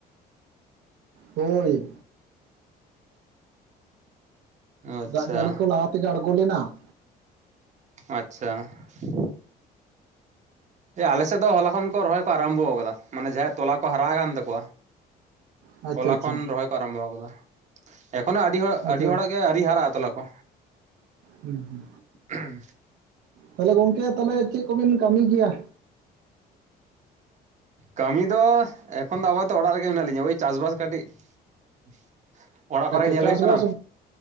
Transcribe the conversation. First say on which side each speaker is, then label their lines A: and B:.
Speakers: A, on the right; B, on the right.
A: ᱦᱳᱭ ᱾
B: ᱟᱪᱪᱷᱟ
A: ᱫᱟᱜᱽ ᱡᱟᱹᱲᱤ ᱠᱚ ᱞᱟᱦᱟ ᱛᱮᱜᱮ ᱟᱸᱬᱜᱚ ᱞᱮᱱᱟ ᱾
B: ᱟᱪᱪᱷᱟ ᱾ ᱟᱞᱮᱥᱮᱫ ᱫᱚ ᱦᱚᱞᱟ ᱠᱷᱚᱱ ᱠᱚ ᱨᱚᱦᱚᱭ ᱠᱚ ᱟᱨᱟᱢᱵᱦᱚ ᱟᱠᱟᱫᱟ, ᱢᱟᱱᱮ ᱡᱟᱦᱟᱸᱭᱟᱜ ᱛᱚᱞᱟ ᱠᱚ ᱦᱟᱨᱟ ᱟᱠᱟᱱ ᱛᱟᱠᱚᱣᱟ
A: ᱟᱪᱪᱷᱟ
B: ᱦᱚᱞᱟ
A: ᱟᱪᱪᱷᱟ
B: ᱠᱷᱚᱱ ᱨᱚᱦᱚᱭ ᱠᱚ ᱟᱨᱟᱢᱵᱷᱚ ᱟᱠᱟᱫᱟ᱾ ᱮᱠᱷᱚᱱᱳ ᱟᱹᱰᱤ ᱦᱚᱲ,
A: ᱟᱪᱪᱷᱟ
B: ᱟᱹᱰᱤ ᱦᱚᱲᱟᱜ ᱜᱮ ᱟᱹᱣᱨᱤ ᱦᱟᱨᱟᱜᱼᱟ ᱛᱚᱞᱟ ᱠᱚ
A: ᱦᱩᱸ ᱦᱩᱸ
B: <unintelligible>
A: ᱛᱟᱦᱚᱞᱮ ᱜᱚᱝᱠᱮ ᱛᱟᱦᱚᱞᱮ ᱪᱮᱫ ᱠᱚᱵᱤᱱ ᱠᱟᱹᱢᱤ ᱜᱮᱭᱟ?
B: ᱠᱟᱹᱢᱤ ᱫᱚ ᱮᱠᱷᱚᱱ ᱫᱚ ᱟᱯᱟᱛᱚᱛᱚ ᱚᱲᱟᱜ ᱨᱮᱜᱮ ᱢᱮᱱᱟᱜ ᱞᱤᱧᱟ, ᱳᱭ ᱪᱟᱥ ᱵᱟᱥ ᱠᱟᱹᱴᱤᱡ <inaudible>
A: ᱟᱪᱪᱷᱟ
B: ᱧᱮᱞ
A: ᱪᱟᱥᱵᱟᱥ
B: ᱦᱩᱭᱩᱜ ᱠᱟᱱᱟ